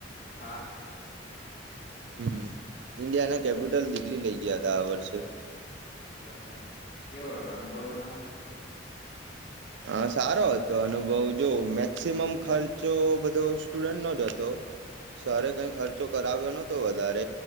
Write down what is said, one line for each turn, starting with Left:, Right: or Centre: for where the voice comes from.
Left: હા
Right: હમ ઈન્ડિયા ના કેપિટલ દિલ્લી લઇ ગયા ત આ વર્ષે
Left: બરાબર કેવો રહ્યો અનુભવ તમારો
Right: હા સારો હતો અનુ બઉ જો મેક્સિમમ ખર્ચો બધો સ્ટુડન્ટનોો જ હતો સરે કઈ ખર્ચો કરાવ્યો ન વધ